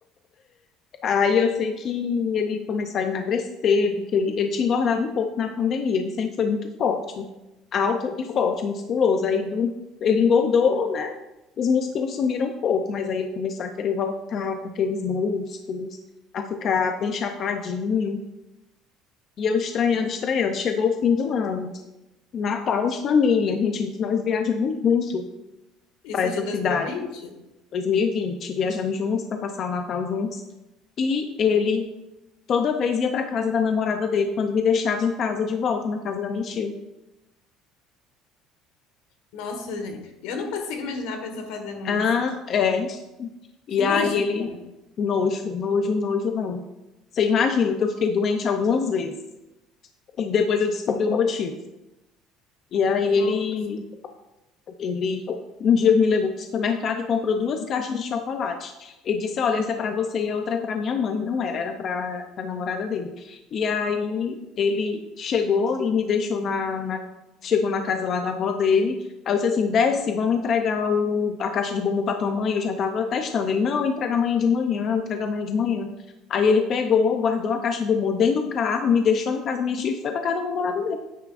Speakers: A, on the left; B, on the left.
A: Aí eu sei que ele começou a emagrecer, porque ele, ele tinha engordado um pouco na pandemia. Ele sempre foi muito forte, alto
B: Uhum.
A: e forte, musculoso. Aí do- ele engordou, né? Os músculos sumiram um pouco, mas aí ele começou a querer voltar com aqueles músculos, a ficar bem chapadinho. E eu estranhando, estranhando. Chegou o fim do ano, Natal de família. A gente, nós viajamos juntos
B: Isso
A: para essa
B: de 2020?
A: cidade, 2020. Viajamos juntos para passar o Natal juntos. E ele toda vez ia para casa da namorada dele quando me deixava em casa de volta na casa da minha tia.
B: Nossa, gente. Eu não consigo imaginar a pessoa fazendo
A: Ah,
B: isso. Tipo,
A: é. E
B: que nojeira.
A: aí ele nojo, nojo, nojo, não. Você imagina que eu fiquei doente algumas vezes e depois eu descobri o motivo. E aí
B: Não,
A: ele Ele um dia me levou para o supermercado e comprou duas caixas de chocolate. Ele disse: Olha, essa é para você e a outra é para minha mãe. Não era, era para a namorada dele. E aí ele chegou e me deixou na, na- Chegou na casa lá da avó dele. Aí eu disse assim: desce, vamos entregar o, a caixa de bombom para tua mãe. Eu já estava testando. Ele: não, entrega amanhã de manhã, entrega amanhã de manhã. Aí ele pegou, guardou a caixa de bombom dentro do carro, me deixou na casa da minha tia e foi para casa da namorada dele.